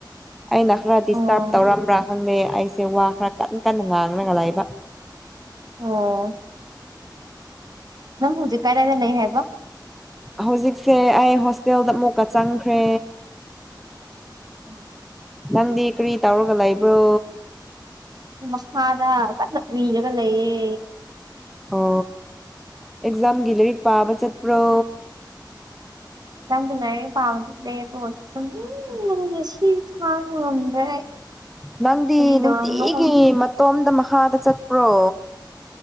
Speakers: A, in the centre; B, on the right.
A: ꯑꯩꯅ ꯈꯔ ꯗꯤꯁꯇꯔꯕ
B: ꯑꯣ
A: ꯇꯧꯔꯝꯕ꯭ꯔꯥ ꯈꯪꯗꯦ ꯑꯩꯁꯦ ꯋꯥ ꯈꯔ ꯀꯟꯅ ꯀꯟꯅ ꯉꯥꯡꯂꯒ ꯂꯩꯕ
B: ꯑꯣ ꯅꯪ ꯍꯧꯖꯤꯛ ꯀꯔꯥꯏꯅ ꯂꯩ ꯍꯥꯏ
A: ꯍꯧꯖꯤꯛꯁꯦ ꯑꯩ ꯍꯣꯁꯇꯦꯜꯗ ꯑꯃꯨꯛꯀ ꯆꯪꯈ꯭ꯔꯦ
B: <unintelligible>
A: ꯅꯪꯗꯤ ꯀꯔꯤ ꯇꯧꯔꯒ ꯂꯩꯕ꯭ꯔꯣ
B: ꯃꯈꯥꯗ ꯀꯟꯅ ꯎꯏꯔꯒ ꯂꯩꯌꯦ
A: ꯑꯣ ꯑꯦꯛꯖꯥꯝꯒꯤ ꯂꯩꯔꯤꯛ ꯄꯥꯕ ꯆꯠꯄ꯭ꯔꯣ
B: ꯅꯪꯗꯤ ꯂꯥꯏꯔ‌ꯦꯛ ꯄꯕꯥ‌ ꯆꯠꯂ‌ꯦꯀ‌ꯣ ꯇꯨꯝꯅꯤꯡꯕꯅ ꯉꯁꯤ ꯈꯥꯡꯕ ꯉꯝꯗ꯭ꯔꯦ ꯑꯩ
A: ꯅꯪꯗꯤ
B: ꯀꯔꯤ
A: ꯅꯨꯡꯇꯤꯒꯤ
B: ꯇꯧꯔꯕꯅꯣ ꯈꯪꯗꯦ
A: ꯃꯇꯣꯝꯗ ꯃꯈꯥꯗ ꯆꯠꯄ꯭ꯔꯣ